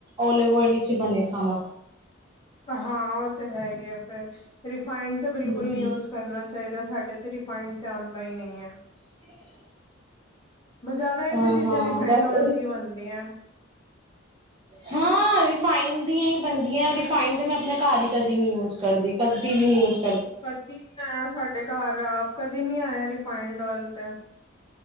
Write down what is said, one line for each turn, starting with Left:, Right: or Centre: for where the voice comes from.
Right: ਓਲਿਵ- ਓਇਲ ਵਿੱਚ ਬਣੇ ਖਾਣਾ।
Left: ਹਾਂ ਉਹ ਤੇ, ਹੈ ਹੀ ਐ ਫੇਰ, ਰਿਫਾਇੰਡ ਤਾਂ ਬਿਲਕੁਲ
Right: ਹਮ
Left: ਨਹੀਂ ਯੂਸ ਕਰਨਾ ਚਾਹੀਦਾ, ਸਾਡੇ ਤੇ ਇੱਥੇ ਰਿਫਾਈੰਡ ਤੇ ਆਉਂਦਾ ਹੀ ਨਹੀਂ ਹੈ।
Right: <unintelligible>
Left: ਬਜ਼ਾਰਾਂ ਵਿੱਚ
Right: ਹਾਂ
Left: ਵੀ, ਚੀਜ਼ਾਂ
Right: ਹਾਂ
Left: ਰਿਫਾਇੰਡ
Right: ਬਸ
Left: ਓਇਲ ਦੀਆਂ ਬਣਦੀਆਂ।
Right: ਹਾਂ, ਰਿਫਾਇੰਡ ਦੀਆਂ ਹੀ ਬਣਦੀਆਂ, ਰਿਫਾਇੰਡ ਤੇ ਮੈਂ ਆਪਣੇ ਘਰ ਹੀ, ਕਦੀ ਯੂ ਨਹੀਂ ਕਰਦੀ। ਕਦੀ ਵੀ ਨਹੀਂ, ਯੂਸ
Left: ਕਦੀਂ ਨੀਂ ਆਇਆ ਸਾਡੇ ਘਰ। ਆਪ ਕਦੀਂ ਨੀਂ ਆਇਆ, ਰਿਫਾਇੰਡ ਓਇਲ ਤੇ।